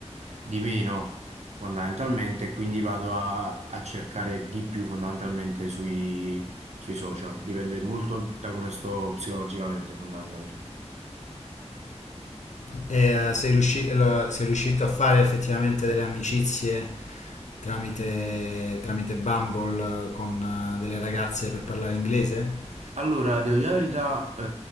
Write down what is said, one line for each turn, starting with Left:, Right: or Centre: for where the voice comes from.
Right: di meno fondamentalmente, quindi vado a, a cercare di più fondamentalmente sui, sui social, dipende molto da come sto psicologicamente fondamentalmente.
Left: E eh, sei riusci- eh, lo- sei riuscito a fare effettivamente delle amicizie tramite, tramite Bumble eh, con eh, delle ragazze per parlare inglese?
Right: Allora, devo dire la verità, eh,